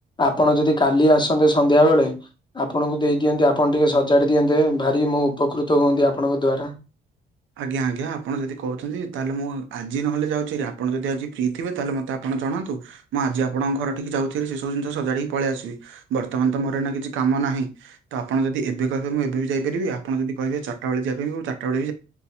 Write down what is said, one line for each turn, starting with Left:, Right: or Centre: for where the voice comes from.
Left: ଆପଣ ଯଦି କାଲି ଆସନ୍ତେ ସନ୍ଧ୍ୟା ବେଳେ ଆପଣଙ୍କୁ ଦେଇ ଦିଅନ୍ତି ଆପଣ ଟିକେ ସଜାଡ଼ି ଦିଅନ୍ତେ ଭାରି ମୁଁ ଉପକୃତ ହୁଅନ୍ତି ଆପଣଙ୍କ ଦ୍ଵାରା।
Right: ଆଜ୍ଞା ଆଜ୍ଞା ଆପଣ ଯଦି କହୁଛନ୍ତି ତାହେଲେ ମୁଁ ଆଜି ନହେଲେ ଯାଉଛି ହାରି ଆପଣ ଯଦି ଆଜି ଫ୍ରିଥିବେ ତାହେଲେ ମୋତେ ଆପଣ ଜଣାନ୍ତୁ। ମୁଁ ଆଜି ଆପଣଙ୍କ ଘରଠିକି ଯାଉଚି ହାରି ସେସବୁ ଜିନିଷ ସଜାଡ଼ିକି ପଳିଆସିବି ବର୍ତ୍ତମାନ ତ ମୋର ଏନା କିଛି କାମ ନାହିଁ। ତ ଆପଣ ଯଦି ଏବେ କହିବେ ମୁଁ ଏବେ ବି ଯାଇପାରିବି ଆପଣ ଯଦି କହିବେ ଚରଟା ବେଳେ ଯିବା ପାଇଁ ବି ଚା ଚାରିଟା ବେଳେ